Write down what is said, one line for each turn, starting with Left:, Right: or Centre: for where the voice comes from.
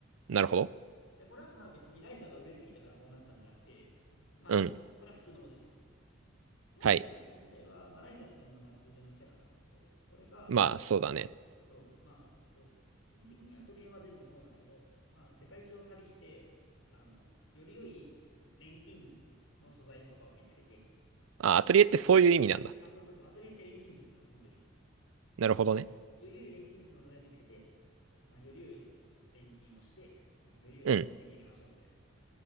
Right: んなるほど。
Left: そうで、これはまあ別にライザが売れすぎたからこうなったんじゃなくて、まああの、
Right: うん。
Left: これは普通のことですよと。ライザのアトリエ自体は、
Right: はい。
Left: まあライザっていうのがまあ通常のキャラなんだけど、これが、
Right: まあ、そうだね。
Left: そう、まあ、えっと、基本的にアトリエは全部そうなんだけど、まああの世界中を旅して、あの、より良い錬金術の素材とかを見つけて、
Right: あ、アトリエってそういう意味なんだ。
Left: で、あ、そうそうそう、アトリエって錬金術なの、本当に。
Right: なるほどね。
Left: で、そう、より良い錬金術の素材を見つけて、まあより良い錬金をして、なんかより良いものを手に入れましょうみたいな。
Right: うん。